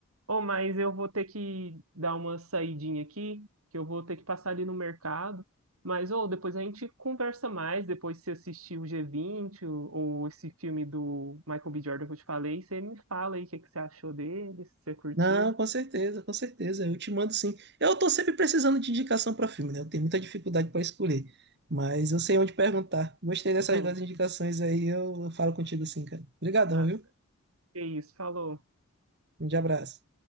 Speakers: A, on the right (about 75°); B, on the right (about 50°).
A: ô, mas eu vou ter que dar uma saidinha aqui, que eu vou ter que passar ali no mercado. Mas, ô, depois a gente conversa mais, depois se assistir o G20 ou, ou esse filme do Michael B. Jordan que eu te falei, você me fala aí o que, que você achou dele, se você curtiu.
B: Não, com certeza, com certeza. Eu te mando sim. Eu tô sempre precisando de indicação para filme, né? Eu tenho muita dificuldade para escolher, mas eu sei onde perguntar. Gostei dessas
A: <laughs>
B: duas indicações aí, eu falo contigo sim, cara. Obrigadão,
A: Ah,
B: viu?
A: que isso, falou.
B: Um grande abraço.